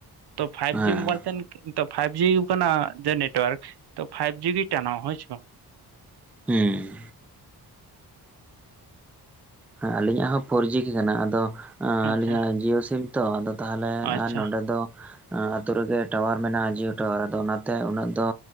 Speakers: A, on the right; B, in the centre.
A: ᱛᱚ ᱯᱷᱟᱭᱤᱵ
B: ᱦᱮᱸ
A: ᱡᱤ ᱢᱳᱵᱟᱭᱤᱞ ᱛᱮ ᱯᱷᱟᱭᱤᱵ ᱡᱤ ᱠᱟᱱᱟ ᱡᱮ ᱱᱮᱴᱳᱣᱟᱨᱠ ᱛᱚ ᱯᱷᱟᱭᱤᱵ ᱡᱤ ᱴᱟᱱᱟᱚᱜᱼᱟ ᱦᱳᱭ ᱥᱮ
B: ᱦᱮᱸ ᱾ ᱦᱮᱸ ᱟᱞᱤᱧᱟᱜ ᱦᱚᱸ ᱯᱷᱳᱨ ᱡᱤ ᱜᱮ ᱠᱟᱱᱟ ᱟᱫᱚ
A: ᱟᱪᱪᱷᱟ
B: ᱟᱹᱞᱤᱧᱟᱜ ᱡᱤᱭᱳ ᱥᱤᱢ ᱛᱚ ᱟᱫᱚ ᱛᱟᱦᱚᱞᱮ
A: ᱟᱪᱪᱷᱟ
B: ᱟᱨ ᱱᱚᱰᱮ ᱫᱚ ᱟᱛᱳ ᱨᱮᱜᱮ ᱴᱟᱣᱟᱨ ᱢᱮᱱᱟᱜᱼᱟ ᱡᱤᱭᱳ ᱴᱟᱣᱟᱨ ᱟᱫᱚ ᱚᱱᱟ ᱛᱮ ᱩᱱᱟᱹᱜ ᱫᱚ